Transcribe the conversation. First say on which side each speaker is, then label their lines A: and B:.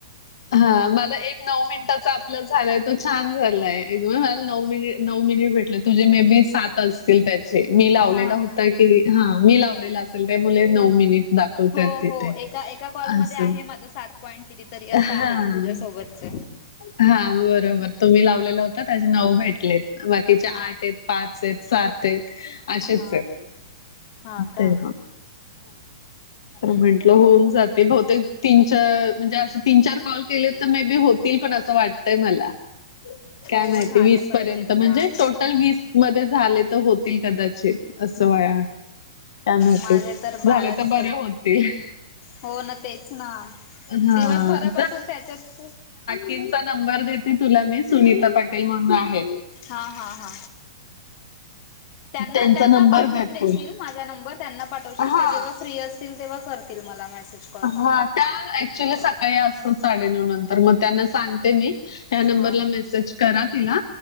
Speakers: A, on the left (about 65°); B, on the left (about 45°).
A: हा मला एक नऊ मिनिटांचा- झालाय तो छान झालाय मला नऊ मिनिट नऊ मिनिट भेटले तुझे मे बी सातच. त्याचे मी लावलेला
B: हा
A: होता
B: हा.
A: की हा मी लावलेला असेल त्या मुले नऊ मिनिट दाखवतायेत
B: हो
A: तिथे.
B: हो एका एका कॉलमध्ये
A: असं.
B: आहे माझ सात पॉईंट कितीतरी अस
A: हां.
B: आहे तुझ्यासोबतच.
A: हा बरोबर तुम्ही लावलेला होता त्याचे नऊ भेटलेत बाकीचे आठ
B: हा
A: आहेत. पाच आहेत, सात आहेत अशेच
B: हा
A: आहेत.
B: हा का
A: तर
B: हम्म
A: म्हंटल
B: हम्म
A: होऊन जातील. ते बहुतेक तीन च म्हणजे असे तीन चार कॉल केले तर मे बी होतील पण अस वाट <unintelligible> मला काय
B: हो
A: माहिती
B: झाले
A: वीस
B: पाहिजेत
A: पर्यंत म्हणजे
B: यार
A: टोटल वीस मध्ये झाले तर होतील कदाचित अस वाया. काय माहिती
B: माझे तर बाराच
A: झाले तर बरे होतील.
B: हो ना तेच ना
A: हां
B: दिवसभरापासून त्याच्यात
A: तिचा नंबर देते तुला मी सुनीता पाटील म्हणून आहे.
B: हा हा हा त्यांना
A: त्यांचा
B: त्यांना
A: नंबर
B: पाठवून
A: देते.
B: देशील? माझा नंबर त्यांना पाठवशील
A: हा.
B: त्या जेव्हा फ्री असतील, तेव्हा करतील मला मेसेज, कॉल.
A: हां त्या ऍक्च्युली सकाळी असतात साडेनऊ नंतर मग. त्यांना सांगते मी, ह्या नंबरला
B: हा
A: मेसेज करा तिला.